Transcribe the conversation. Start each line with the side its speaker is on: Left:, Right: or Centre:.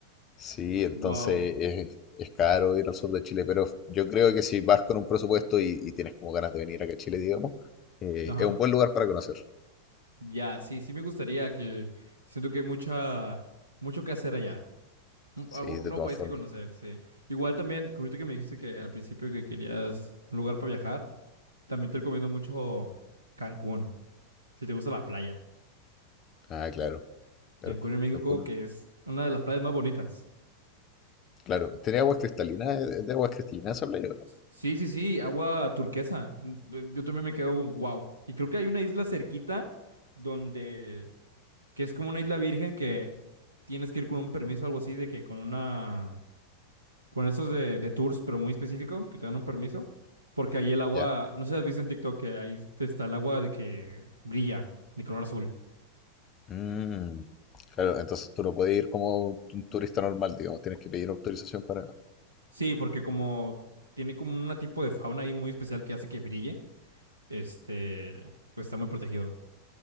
Left: Sí, entonces
Right: Wow.
Left: es, es caro ir al sur de Chile, pero yo creo que si vas con un presupuesto y, y tienes como ganas de venir acá a Chile, digamos, eh,
Right: Ajá.
Left: es un buen lugar para conocer.
Right: Ya, sí, sí me gustaría que. Siento que hay mucha. Mucho que hacer allá. Un- algún
Left: Sí, de
Right: nuevo
Left: todas
Right: país
Left: formas.
Right: que conocer, sí. Igual también, que ahorita que me dijiste que al principio que querías un lugar para viajar, también te recomiendo mucho Cancún, si te gusta la playa.
Left: Ah, claro, claro.
Right: Cancún en México,
Left: Cancún,
Right: que es una de las playas más bonitas.
Left: claro. ¿Tiene aguas cristalinas? ¿Es ¿De, de aguas cristalinas esa playa o no?
Right: S- Sí, sí, sí, agua turquesa. Mm, eh, Yo también me quedo con wow. Y creo que hay una isla cerquita donde, que es como una isla virgen que tienes que ir con un permiso o algo así, de que con una con estos de, de tours, pero muy específico, que te dan un permiso, porque ahí el agua,
Left: Ya.
Right: no sé si has visto en TikTok que ahí está el agua de que brilla, de color azul.
Left: Mm, Claro, entonces tú no puedes ir como un turista normal, digamos. Tienes que pedir autorización para...
Right: Sí, porque como tiene como un tipo de fauna ahí muy especial que hace que brille, este, pues está muy protegido.